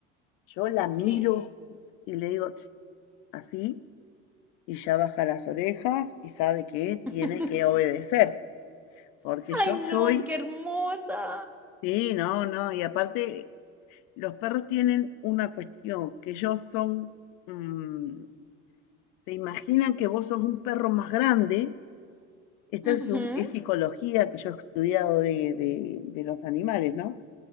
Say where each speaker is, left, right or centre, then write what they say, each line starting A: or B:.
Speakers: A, on the left (about 75°); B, in the centre.
A: Yo la miro
B: sí.
A: y le digo "Tss", así, y ya baja las orejas y sabe que tiene
B: <laughs>
A: que obedecer, porque yo
B: Ay, no,
A: soy
B: qué hermosa.
A: Sí, no, no, y aparte los perros tienen una cuestión, que ellos son, mm, se imaginan que vos sos un perro más grande, esto es,
B: Ujú,
A: un- es psicología que yo he estudiado de, de- de los animales, ¿no?